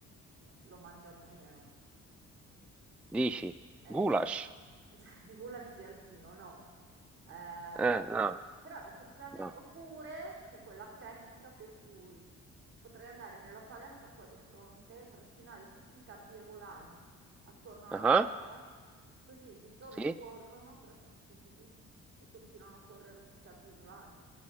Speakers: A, on the right (about 80°); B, in the centre.
A: eh, lo mangiano meno.
B: dici,
A: Eh
B: goulash?
A: sì, <laughs> goulash di alpino, no. Eh,
B: Eh, no,
A: però effettivamente,
B: no.
A: oppure c'è quella tecnica per cui potrei andare nella palestra qua di fronte, trascinare tutti i tapis roulant attorno alla
B: Ah,
A: casa, così gli zombie
B: Sì,
A: corrono, però sono stupidi e continuano a correre sui tapis roulant.